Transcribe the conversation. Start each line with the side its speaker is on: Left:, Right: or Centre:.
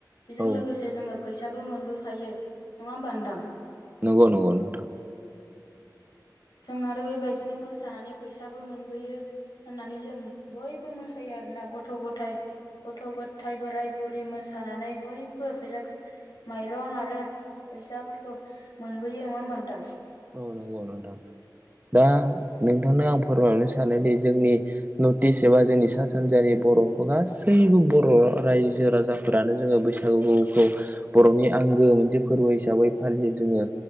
Left: बेजों
Right: औ
Left: लोगोसे जोङो फैसाबो मोनबोफायो। नङा होमबा नोंथां?
Right: नंगौ नंगौ नोंथां।
Left: जों आरो बेबायदिनो मोसानानै फैसाबो मोनबोयो होननानै जों बयबो मोसायो आरोना गथ‌-गथाइ। गथ-गथाय, बोराय-बुरि मोसानानै बयबो फैसा खा माइरं आरो फैसाफोरखौ मोनबोयो नङा होमबा नोंथां?
Right: औ नंगौ नोंथां। दा नोंथांनो आं फोरमायहरनो सानोदि जोंनि नर्थ इस्ट एबा जोंनि सा सानजानि बर'फोरा गासैबो बर रायजो राजाफोरानो जोङो बैसागुखौ बरनि आं -गो मोनसे फोरबो हिसाबै फालियो जोङो।